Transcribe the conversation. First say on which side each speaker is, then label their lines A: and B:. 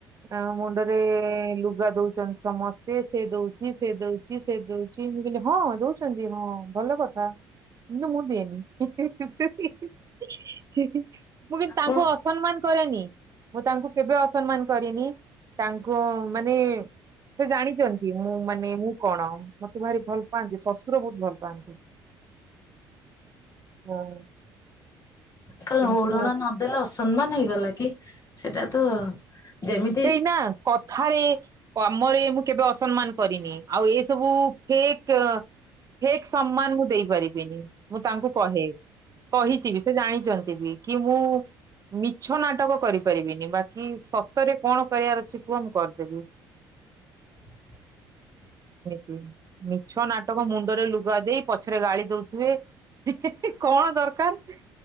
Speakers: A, on the right; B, on the left.
A: ଆ ମୁଣ୍ଡରେ ଲୁଗା ଦଉଛନ୍ତି ସମସ୍ତେ ସେ ଦଉଛି ସେ ଦଉଛି ସେ ଦଉଛି। ହଁ ଦଉଛନ୍ତିଁ ଭଲ କଥା କିନ୍ତୁ ମୁଁ ଦିଏନି ଟିକେ ମୁଁ କି ତାଙ୍କୁ
B: ଆପଣ
A: ଅସମ୍ମାନ କରେନି ମୁଁ ତାଙ୍କୁ କେବେ ଅସମ୍ମାନ କରିନି ତାଙ୍କୁ ମାନେ ସେ ଜାଣିଛନ୍ତି ମୁଁ ମାନେ ମୁଁ କଣ ମତେ ଭାରି ଭଲ ପାଆନ୍ତି ଶ ପ ବହୁତ ଭଲ ପାଆନ୍ତି ହଁ।
B: କାଲି
A: କିନ୍ତୁ
B: ହଉଡଣା ନଦେଲେ ଅସମ୍ମାନ ହେଇଗଲା କି ସେଟା ତ ଯେମିତି
A: ସେଇ ନା କ କଥାରେ କମରେ ମୁଁ କେବେ ଅସମ୍ମାନ କରିନି ଆଉ ଏସବୁ ଫେକ୍ ଫକ୍ ସମ୍ମାନ ମୁଁ ଦେଇପାରିବିନି ମୁଁ ତାଙ୍କୁ କହେ। କହିଛି ବି ସେ ଜାଣିଛନ୍ତି ବି କିନ୍ତୁ ମୁଁ ମିଛ ନାଟକ କରିପାରିବିନି ବାକି ସ ସରେ କଣ କରିବାର ଅଛି କୁହ ମୁଁ କରିଦେବି।
B: ହ
A: ତି ମିଛ ନାଟକ ମୁଣ୍ଡରେ ଲୁଗା ଦେଇ ପଛରେ ଗାଳି ଦଉଥିବେ। ହେ ହେ ହେ କଣ ଦରକାର।